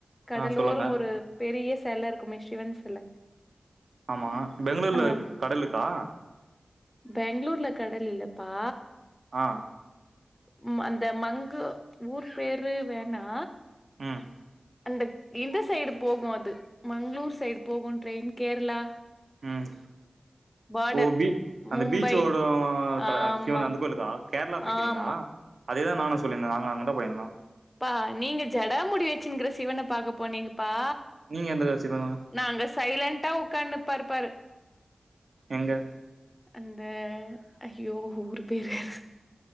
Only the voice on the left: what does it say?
கடலோர
ஒரு பெரிய செல இருக்குமே சிவன் செல
ஆ
பெங்களூர்ல கடல் இல்லப்பா
ம் அந்த மங்கு ஊர் பேரு வேணா
அந்த இந்த சைடு போகு அது மங்களூர் சைடு போகு ட்ரெயின் கேரளா
பார்டர்
மும்பை
ஆமா
ஆமா
பா நீங்க ஜடா முடிய வச்சுனுக்கிற சிவன பாக்க போனீங்கப்பா
நாங்க சைலண்டா உட்காந்து பாரு பாரு
அந்த ஐயோ ஊர் பேர் வேற